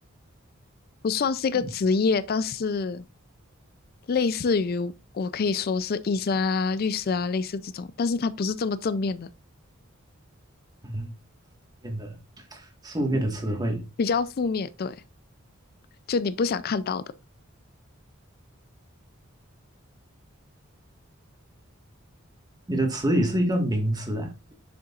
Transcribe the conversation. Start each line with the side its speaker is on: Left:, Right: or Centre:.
Left: 不算是一个职业，
Right: 嗯
Left: 但是类似于我可以说是医生啊、律师啊，类似这种，但是它不是这么正面的，
Right: 嗯，变得负面的词汇，
Left: 比较负面，对，就你不想看到的，
Right: 你的词语是一个名词啊，